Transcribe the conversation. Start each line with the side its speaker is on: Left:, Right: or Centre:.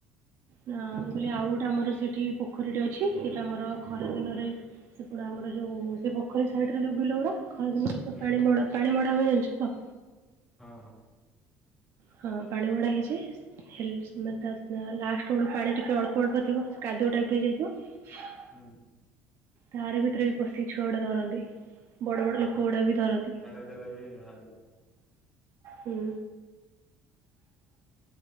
Right: ନା ମୁଁ କହିଲି ଆଉ ଗୋଟେ ଆମର ସେଠି ପୋଖରୀଟେ ଅଛି ସେଇଟା ଆମର ଖରା ଦିନରେ ସେ ପଟେ ଆମର ଯୋଉ ସେ ପୋଖରୀ ସାଇଡରେ ଯୋଉ ବିଲ ଗୁଡା ଖରା ଦିନରେ ତ
Centre: ହୁଁ
Right: ପାଣି ମଡା ପାଣି ମଡା ହୁଏ ଜାଣିଛ ତ?
Centre: ହଁ ହଁ।
Right: ହଁ ପାଣି ମଡ଼ା ହେଇଛି। ହେଲେ <unintelligible> ଲାଷ୍ଟ ବେଳୁ ପାଣି ଟିକେ ଅଳ୍ପ ଅଳ୍ପ ଥିବ କାଦୁଅ ଟାଇପ ର ହେଇଯାଇଥିବ।
Centre: ହୁଁ।
Right: ତାର ଭିତରେ ବି ପଶିକି ଛୁଆଗୁଡା ଧରନ୍ତି। ବଡ଼ ବଡ଼
Centre: ହଁ
Right: ଲୋକ ଗୁଡ଼ା
Centre: ହଁ
Right: ବି ଧରନ୍ତି
Centre: ଛାଡେଇ ଦେଲେ ବି ବାହାରିବ।
Right: ହୁଁ।